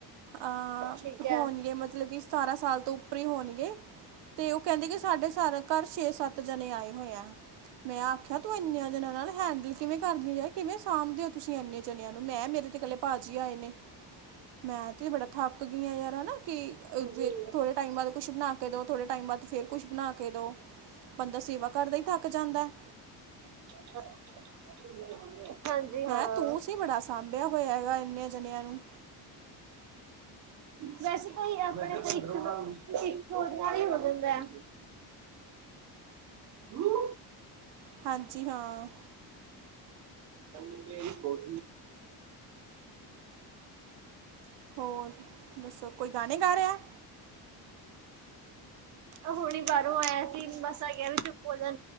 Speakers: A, on the right; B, on the right.
A: ਅਹ
B: ਠੀਕ ਹੈ
A: ਹੋਣਗੇ ਮਤਲਬ ਕਿ ਸਤਾਰਾਂ ਸਾਲ ਤੋਂ ਫਰੀ ਹੋਣਗੇ ਤੇ ਉਹ ਕਹਿੰਦੇ ਕਿ ਸਾਡੇ ਸ ਘਰ ਛੇ ਸੱਤ ਜਾਣੇ ਆਏ ਹੋਏ ਆ ਮੈਂ ਆਖਿਆ ਤੂੰ ਇਨੀਆਂ ਜਣਾਇਆ ਨਾਲ। ਹੈਂਡਲ ਜਿਵੇਂ ਕਰਦੀ ਹੈ? ਸਾਂਭਦੀ ਉਹ। ਤੁਸੀਂ ਇੰਨੇ ਜਣਿਆਂ ਨੂੰ ਮੈਂ ਮੇਰੇ ਤੇ ਇਕੱਲੇ ਭਾਜੀ ਆਏ ਨੇ ਮੈਂ ਤੇ ਬੜਾ ਥੱਕ ਗਈਆਂ ਯਾਰ। ਕਿ
B: ਹਾਂਜੀ
A: ਥੋੜੇ ਟਾਈਮ ਬਾਅਦ ਕੁੱਛ ਬਣਾ ਕੇ ਦੋ ਥੋੜੇ ਟਾਈਮ ਬਾਅਦ? ਫਿਰ ਕੁਛ ਬਣਾ ਕੇ ਦੋ ਬੰਦਾ ਸੇਵਾ ਕਰਦਾ ਹੀ ਥੱਕ ਜਾਂਦਾ ਹੈ?
B: ਹੈ ਢਿੱਲਾ ਬੰਨ ਲਿਆ ਹੈ। ਹਾਂਜੀ ਹਾਂ।
A: ਮੈਂ ਤੂੰ ਸੀ ਬੜਾ ਸਾਂਭਿਆ ਹੋਇਆ ਹੈਗਾ ਇੰਨੇ ਜਣਿਆਂ ਨੂੰ
B: ਵੈਸੇ ਤਾਂ ਜੀ ਆਪਣੇ ਇੱਕ ਉਹਦੇ ਨਾਲ ਹੀ ਹੋ ਜਾਂਦਾ ਹੈ ਹੂੰ।
A: ਹਾਂਜੀ ਹਾਂ।
B: <unintelligible> ਹੈਲੋ।
A: ਹੋਰ ਦੱਸੋ ਕੋਈ ਗਾਣੇ ਗਾ ਰਿਹਾ
B: ਹੁਣੇ ਬਾਹਰੋਂ ਆਇਆ ਸੀ ਮੱਸਾ ਕਿਹਾ ਚੁੱਪ ਹੋ ਜਾਂ